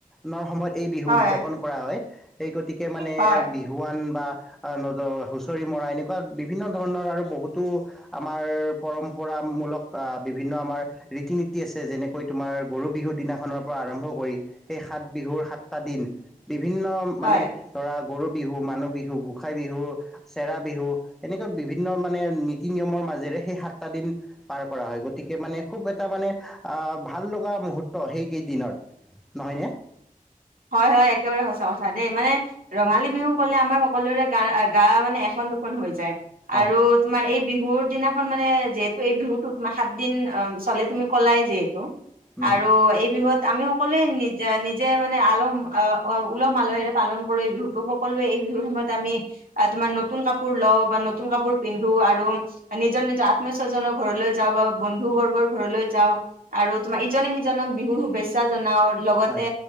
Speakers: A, in the centre; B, on the right.
A: নৰ সময়ত এই বিহু
B: হয়
A: উদযাপন কৰা হয়, সেই গতিকে মানে
B: হয়
A: বিহুৱান বা নদ হুঁচৰি মৰা এনেকুৱা বিভিন্ন ধৰণৰ আৰু বহুতো আমাৰ পৰম্পৰামূলক আ বিভিন্ন আমাৰ ৰীতি নীতি আছে, যেনেকৈ তোমাৰ গৰু বিহুৰ দিনাখনৰ পৰা আৰম্ভ কৰি সেই সাত সাত বিহুৰ সাতটা দিন বিভিন্ন মানে
B: হয়।
A: ধৰা গৰু বিহু, মানুহ বিহু, গোসাই বিহু, চেৰা বিহু এনেকুৱা বিভিন্ন মানে নীতি নিয়মৰ মাজেৰে সেই সাতটা দিন পাৰ কৰা হয়, গতিকে মানে খুব এটা মানে আহ ভাল লগা মুহৰ্ত সেইকেইদিনত। নহয়নে?
B: হয় হয় একেবাৰে সচা কথা দেই মানে ৰঙালী বিহু হলে আমাৰ সকলোৰে গা-গা মানে এখন দুখন হৈ যায়।
A: হয়
B: আৰু তোমাৰ এই বিহুৰ দিনাখন মানে ত', এই বিহুতো তোমাৰ সাত দিন চলে তুমি কলাই যিহেতু
A: উম
B: আৰু এই বিহুত আমিও ক'লে নিজ-নিজে মানে আলহ আহ উলহ মালহেৰে পালন কৰে এই বিহুটো, সকলোৱে এই বিহুৰ সময়ত আমি তোমাৰ নতুন কাপোৰ লও বা নতুন কাপোৰ পিন্ধো আৰু নিজৰ নিজৰ আত্ম স্বজনৰ ঘৰলৈ যাও বা বন্ধু <unintelligible> বৰ্গৰ ঘৰলৈ যাও আৰু তোমাৰ ইজনে সিজনক বিহুৰ শুভেচ্ছা জনাও লগতে
A: হয়